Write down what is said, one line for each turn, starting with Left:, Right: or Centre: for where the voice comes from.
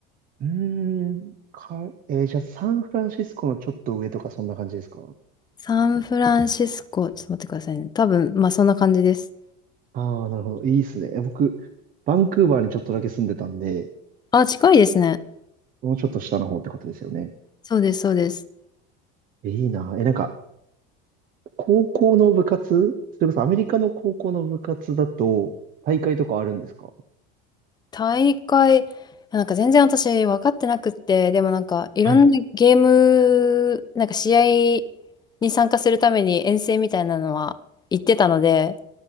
Right: うーん。か、えーじゃあ、サンフランシスコのちょっと上とか、そんな感じですか
Left: サンフランシスコ、ちょっと待ってくださいね。多分、まあそんな感じです。
Right: ああー、なるほど。いいっすね。え、僕、バンクーバーにちょっとだけ住んでたんで、
Left: あ、近いですね。
Right: もうちょっと下の方ってことですよね。
Left: そうです、そうです。
Right: え、いいな。え、なんか、高校の部活それこそアメリカの高校の部活だと、大会とかあるんですか
Left: 大会、なんか全然私分かってなくって、でもなんかいろんなゲーム、
Right: はい
Left: なんか試合に参加するために遠征みたいなのは行ってたので、